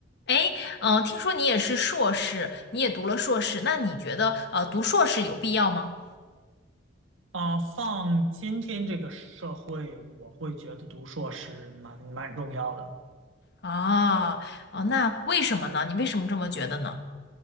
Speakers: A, on the left; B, on the right.
A: 哎，嗯、听说你也是硕士，你也读了硕士，那你觉得呃，读硕士有必要吗？
B: 啊，放今天这个社会，我会觉得读硕士蛮蛮重要的，
A: 啊，哦，那为什么呢？你为什么这么觉得呢？